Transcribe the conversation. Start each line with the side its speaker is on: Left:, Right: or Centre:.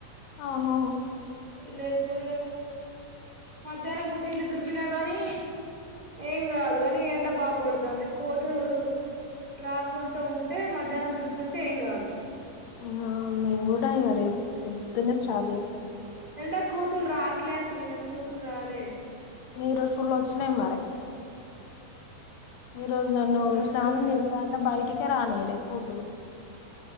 Left: అవునవును
Right: లేక పో మధ్యాహ్నం పుట్టి ఇల్లు దులిపినా గానీ ఏం కాదు. కాని ఎండ బాగ కొడుతుంది. కోతులు రాకుండా ఉంటే మధ్యాహ్నం దులుపుకుంటే ఏం కాదు,
Left: ఆ మేము కూడ రేపు పొద్దున్నే స్టార్ట్ చేతం
Right: ఎండ కు కోతులు రాట్లే అసలు నిన్న కూతులు రాలే,
Left: ఈరోజు ఫుల్ వచ్చినాయి మరే, ఈ రోజు నన్ను
Right: అవును
Left: స్నానం చేస్తా అంటే బయటికి అందుకే రానీయలేదు కోతులు